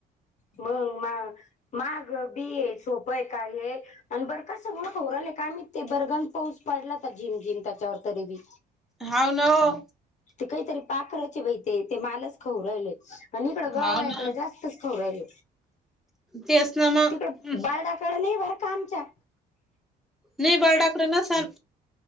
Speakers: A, on the left (about 45°); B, in the centre.
A: मंग ना माग बी आहे सोपंय का हे. आणि बरं का सगळं होरलंय काय म ते बरगण पाऊस पडला तर झिम जिम त्याच्यावर. तरी बी.
B: हाव ना ओ
A: ते काहीतरी पाखराचे बहि ते ते मालच खाऊ राहिले आणि इकड गववाळ्याकडे
B: हाव ना
A: जास्तच. खाऊन राहिले
B: तेच ना मग
A: तिकड बर्डडकडे नाही बर का आमच्या.
B: नाही बरडाकडे नसाल.